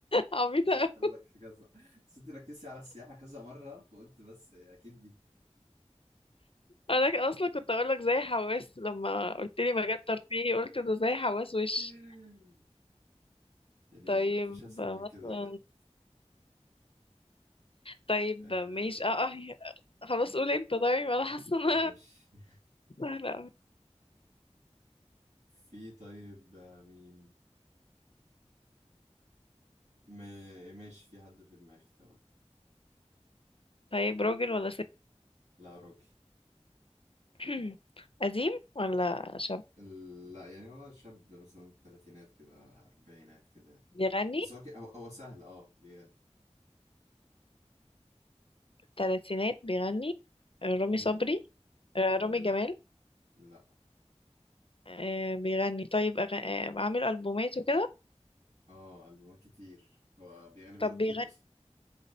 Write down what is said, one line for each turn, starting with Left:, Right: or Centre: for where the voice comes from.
Left: عبيطه
Right: قال لك كذا بس انت ركزتي على السياحة كذا مرة فقلت بس أكيد دي
Left: انا اصلا كنت اقول لك زي حواس لما قلت لي مجال ترفيهي قلت ده زي حواس وش
Right: <laughs> يعني
Left: طيب
Right: مفيش أسهل
Left: مثلا
Right: من كده بجد
Left: طيب
Right: أه
Left: ماشي اه اه خلاص قول انت طيب انا حاسه ان
Right: ماشي
Left: انا سهله أوي.
Right: في طيب آه، مين م... ماشي في حد في دماغي طبعا
Left: طيب راجل ولا ست
Right: لا راجل
Left: <clears throat> قديم ولا شاب
Right: ال- لا يعني هو شاب مثلا تلاتينات كده أربعينات كده يعني.
Left: بيغني
Right: بس هو ك... هو هو سهل اه بيغني
Left: تلاتينات بيغني آه، رامي
Right: مم.
Left: صبري آه،
Right: لا
Left: رامي جمال
Right: لا
Left: آه، بيغني طيب أغ... آه، عامل ألبومات وكده
Right: اه ألبومات كتير هو بيغني بقاله
Left: طب
Right: كتير
Left: بيغني
Right: أصلا